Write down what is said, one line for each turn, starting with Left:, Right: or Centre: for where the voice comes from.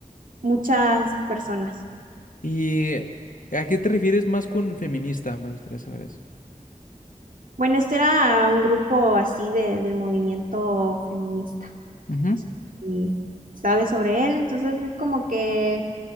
Right: muchas personas.
Left: ¿Y a qué te refieres más con feminista? Me gustaría saber eso.
Right: Bueno, este era un grupo así de- del movimiento feminista.
Left: Ujú.
Right: Y sabes sobre él, entonces es como que